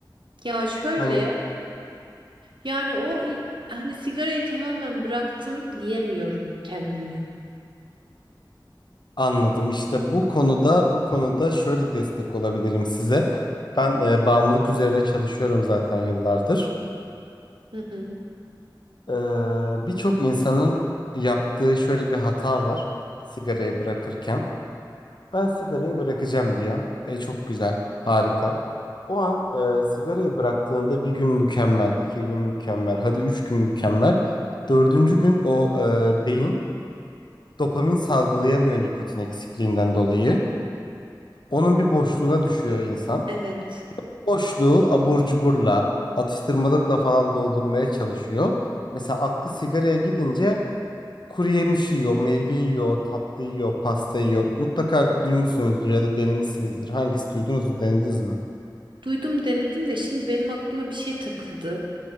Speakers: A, on the right (about 80°); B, on the left (about 65°).
A: Ya şöyle
B: Hani
A: yani o i- hani sigarayı tamamen bıraktım diyemiyorum kendime.
B: anladım. İşte bu konuda bu konuda şöyle destek olabilirim size. Ben e, bağımlılık üzerine çalışıyorum zaten yıllardır.
A: Hı hı.
B: Ee, birçok insanın yaptığı şöyle bir hata var sigarayı bırakırken. Ben sigarayı bırakacağım diyor. E, çok güzel, harika. O an e, sigarayı bıraktığında bir gün mükemmel, iki gün mükemmel, hadi üç gün mükemmel. Dördüncü gün o e, beyin dopamin salgılayamıyor nikotin eksikliğinden dolayı. Onun bir boşluğuna düşüyor insan.
A: Evet.
B: Boşluğu abur cuburla, atıştırmalıkla falan doldurmaya çalışıyor. Mesela aklı sigaraya gidince Kuru yemiş yiyor, meyve yiyor, tatlı yiyor, pasta yiyor. Mutlaka duymuşsunuzdur ya da denemişsinizdir. Hangisi duydunuz mu, denediniz mi?
A: Duydum denedim de şimdi benim aklıma bir şey takıldı.